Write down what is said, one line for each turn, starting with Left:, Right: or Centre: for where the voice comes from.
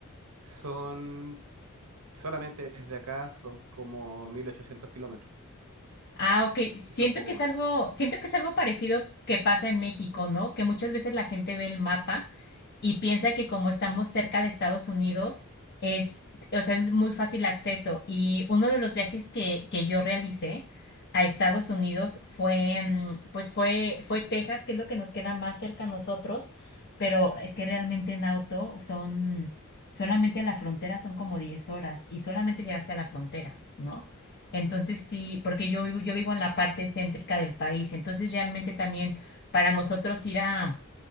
Right: son solamente desde acá son como 1.800 kilómetros,
Left: Ah, ok. Siento
Right: quizá un poco
Left: que es
Right: más.
Left: algo, siento que es algo parecido que pasa en México, ¿no? Que muchas veces la gente ve el mapa y piensa que como estamos cerca de Estados Unidos, es, o sea, es muy fácil acceso. Y uno de los viajes que, que yo realicé a Estados Unidos fue, mm, pues fue, fue Texas, que es lo que nos queda más cerca a nosotros, pero es que realmente en auto son, solamente a la frontera son como 10 horas y solamente llegaste a la frontera, ¿no? Entonces sí, porque yo, vivo- yo vivo en la parte céntrica del país, entonces realmente también para nosotros ir a